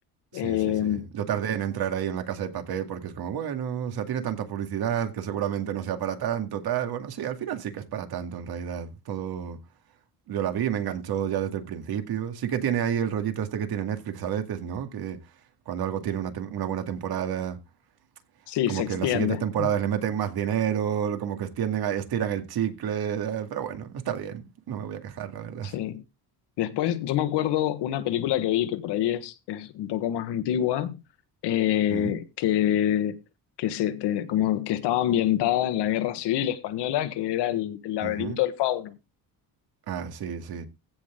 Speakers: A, on the right; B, on the left.
A: Sí,
B: Eh,
A: sí, sí. Yo tardé en entrar ahí en la Casa de Papel porque es como, bueno, o sea, tiene tanta publicidad que seguramente no sea para tanto, tal. Bueno, sí, al final sí que es para tanto en realidad. Todo, yo la vi, me enganchó ya desde el principio. Sí que tiene ahí el rollito este que tiene Netflix a veces, ¿no? Que cuando algo tiene una, tem- una buena temporada,
B: sí,
A: como
B: se extiende.
A: que en las siguientes temporadas le meten más dinero, como que extienden, a- estiran el chicle, eh, pero bueno, está bien. No me voy a quejar, la verdad.
B: Sí. Después, yo me acuerdo una película que vi que por ahí es, es un poco más antigua, eh,
A: Mm,
B: que, que, se, te- como que estaba ambientada en la Guerra Civil Española, que era el, el laberinto
A: ujú.
B: del fauno.
A: Ah, sí, sí.